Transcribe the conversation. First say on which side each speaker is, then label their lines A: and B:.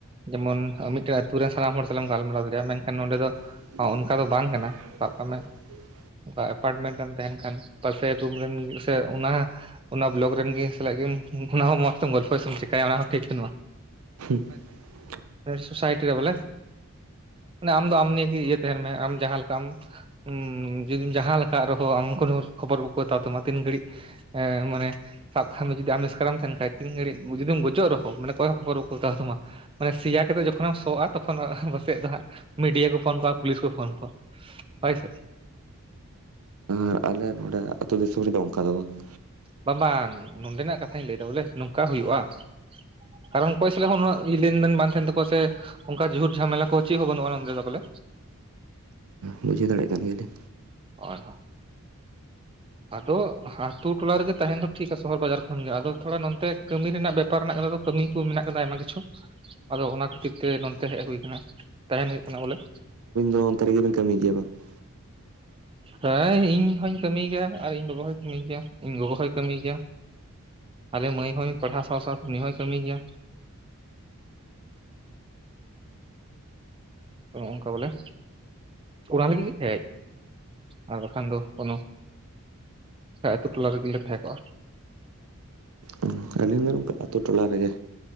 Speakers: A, on the right; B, on the right.
A: ᱡᱮᱢᱚᱱ ᱢᱤᱫᱴᱮᱡ ᱟᱛᱩ ᱨᱮᱱ ᱥᱟᱱᱟᱢ ᱦᱚᱲ ᱥᱟᱞᱟᱢ ᱜᱟᱞᱢᱟᱨᱟᱣ ᱫᱟᱲᱮᱭᱟᱜᱼᱟ, ᱢᱮᱱᱠᱷᱟᱱ ᱱᱚᱸᱰᱮ ᱫᱚ
B: <unintelligible>
A: ᱚᱱᱠᱟ ᱫᱚ ᱵᱟᱝ ᱠᱟᱱᱟ ᱥᱟᱵ ᱠᱟᱜ ᱢᱮ ᱚᱱᱠᱟ ᱮᱯᱟᱨᱴᱢᱮᱱᱴ ᱨᱮᱢ ᱛᱟᱦᱮᱱ ᱠᱷᱟᱱ ᱯᱟᱟᱥᱮ ᱨᱩᱢ ᱨᱮᱱ ᱥᱮ ᱚᱱᱟ ᱚᱱᱟ ᱵᱞᱚᱠ ᱨᱮᱱ ᱜᱮ ᱥᱟᱞᱟᱜ ᱜᱮᱢ ᱚᱱᱟ ᱦᱚᱸ ᱢᱚᱸᱡᱽ ᱛᱮᱢ ᱜᱚᱞᱯᱚᱪᱢ ᱪᱮᱠᱟᱭᱭᱟ ᱚᱱᱟ ᱦᱚᱸ ᱴᱷᱤᱠ ᱵᱟᱹᱱᱩᱜᱼᱟ᱾
B: <unintelligible>
A: ᱦ ᱥᱳᱥᱟᱭᱴᱤ ᱨᱮ ᱵᱚᱞᱮ, ᱢᱟᱱᱮ ᱟᱢ ᱫᱚ ᱟᱢ ᱱᱤᱭᱮ ᱤᱭᱟᱹ ᱛᱟᱦᱮᱱ ᱢᱮ ᱟᱢ ᱡᱟᱦᱟᱸ ᱞᱮᱠᱟᱢ ᱦᱸ ᱡᱩᱚᱫᱤᱢ ᱡᱟᱦᱟᱸ ᱞᱮᱠᱟᱜ ᱨᱮᱦᱚᱸ ᱟᱢ ᱠᱳ ᱠᱷᱚᱵᱚᱨ ᱵᱟᱠᱚ ᱦᱟᱛᱟᱣ ᱛᱟᱢᱟ ᱛᱤᱱ ᱜᱷᱟᱹᱲᱤᱡ ᱮ ᱢᱟᱱᱮ ᱥᱟᱵ ᱠᱟᱜ ᱢᱮ ᱡᱩᱫᱤ ᱟᱢ ᱤᱥᱠᱟᱨᱮᱢ ᱛᱟᱦᱮᱱ ᱠᱷᱟᱱ ᱛᱤᱱ ᱜᱷᱟᱹᱲᱤᱡ ᱡᱩᱫᱤ ᱜᱚᱡᱚᱜ ᱨᱮᱦᱚᱸ ᱢᱟᱱᱮ ᱠᱚᱚᱭ ᱦᱚ ᱠᱷᱚᱵᱚᱨ ᱵᱟᱠᱚ ᱦᱟᱛᱟᱣ ᱛᱟᱢᱟ᱾ ᱢᱟᱱᱮ ᱥᱮᱭᱟ ᱠᱟᱛᱮᱜ ᱮᱢ ᱡᱚᱠᱷᱚᱱᱮᱢ ᱥᱚᱜ ᱟ ᱛᱚᱠᱷᱚᱱ ᱯᱟᱥᱮᱡ ᱫᱚ ᱦᱟᱸᱜ ᱢᱤᱰᱤᱭᱟ ᱠᱚ ᱯᱷᱳᱱ ᱠᱚᱜᱣᱟ ᱯᱩᱞᱤᱥ ᱠᱚ ᱯᱷᱳᱱ ᱠᱚᱣᱟ᱾ ᱦᱳᱭ ᱥᱮ᱾
B: ᱟᱨ ᱟᱞᱮ ᱱᱚᱸᱰᱮ ᱟᱹᱛᱩ ᱫᱤᱥᱚᱢ ᱨᱮᱫᱚ ᱚᱱᱠᱟ ᱫᱚ ᱵᱟᱝ ᱾
A: ᱵᱟᱝ ᱵᱟᱝ ᱱᱚᱰᱮᱱᱟᱜ ᱠᱟᱛᱷᱟᱧ ᱞᱟᱹᱭᱫᱟ ᱵᱚᱞᱮ ᱱᱚᱝᱠᱟ ᱦᱩᱭᱩᱜᱼᱟ ᱾ ᱠᱟᱨᱚᱱ ᱚᱠᱚᱭ ᱥᱞᱟᱜ ᱩᱱᱟᱹᱜ ᱞᱮᱱᱫᱮᱱ ᱵᱟᱝ ᱛᱟᱦᱮᱱ ᱛᱟᱠᱚᱣᱟ ᱥᱮ᱾ ᱚᱱᱠᱟ ᱡᱷᱩᱨ ᱡᱷᱟᱢᱮᱞᱟ ᱠᱚ ᱪᱮᱫ ᱦᱚᱸ ᱵᱩᱜᱼᱟ ᱱᱚᱱᱰᱮ ᱫᱚ ᱵᱚᱞᱮ
B: ᱵᱩᱡᱷᱟᱹᱣ ᱫᱟᱲᱭᱟᱜ ᱠᱟᱱ ᱜᱮᱞᱤᱧ,
A: <unintelligible> ᱟᱫᱚ ᱟᱛᱳ ᱴᱚᱞᱟ ᱨᱮᱜᱮ ᱛᱟᱦᱮᱱ ᱫᱚ ᱴᱷᱤᱠᱟ ᱥᱚᱦᱚᱨ ᱵᱟᱡᱟᱨ ᱠᱷᱚᱱ ᱜᱮ ᱟᱫᱚ ᱛᱷᱚᱲᱟ ᱱᱚᱛᱮ ᱠᱟᱹᱢᱤ ᱨᱮᱱᱟᱜ ᱵᱮᱯᱟᱨ ᱢᱮᱱᱟᱜ ᱠᱟᱫᱟ ᱛᱚ, ᱠᱟᱹᱢᱤ ᱠᱚ ᱢᱮᱱᱟᱜ ᱠᱟᱫᱟ ᱟᱭᱢᱟ ᱠᱤᱪᱷᱩ, ᱟᱫᱚ ᱚᱱᱟ ᱠᱷᱟᱹᱛᱤᱨ ᱛᱮ ᱱᱚᱛ ᱦᱮᱡ ᱦᱩᱭ ᱠᱟᱱᱟ ᱛᱟᱦᱮᱱ ᱦᱩᱭᱩᱜ ᱠᱟᱱᱟ ᱵᱚᱞᱮ ᱾
B: ᱛᱚ ᱚᱱᱛᱮ ᱨᱮᱜᱮ ᱵᱤᱱ ᱠᱟᱹᱢᱤ ᱜᱮᱭᱟ ᱵᱟᱝ ᱾
A: ᱦᱮᱸ ᱤᱧ ᱦᱚᱧ ᱠᱟᱹᱢᱤᱭ ᱜᱮᱭᱟ ᱟᱨ ᱤᱧ ᱵᱟᱵᱟ ᱦᱚᱧ ᱠᱟᱹᱢᱤᱭ ᱜᱮᱭᱟ ᱤᱧ ᱜᱚᱜᱚ ᱦᱚᱭ ᱠᱟᱹᱢᱤᱭ ᱜᱮᱭᱟ᱾ ᱟᱞᱮ ᱢᱟᱹᱭ ᱦᱚᱸᱭ ᱯᱟᱲᱦᱟᱣ ᱥᱟᱶ ᱥᱟᱶᱛᱮ ᱩᱱᱤ ᱦᱚᱸᱭ ᱠᱟᱹᱢᱤᱭ ᱜᱮᱭᱟ ᱾ ᱚᱱ ᱱᱝᱠᱟ ᱵᱚᱞᱮ, <inaudible> ᱚᱱᱟᱨ ᱞᱟᱹᱜᱤᱫ ᱜᱮ ᱦᱮᱡ ᱟᱨ ᱵᱟᱠᱷᱟᱱ ᱫᱚ ᱠᱱᱳ ᱟᱹᱛᱩᱳ ᱴᱚᱞᱟ ᱨᱮᱜᱮᱞᱮ ᱛᱟᱦᱮᱸ ᱠᱚᱜᱼᱟ ᱾
B: <unintelligible> ᱟᱛᱳ ᱴᱚᱞᱟ ᱨᱮᱜᱮ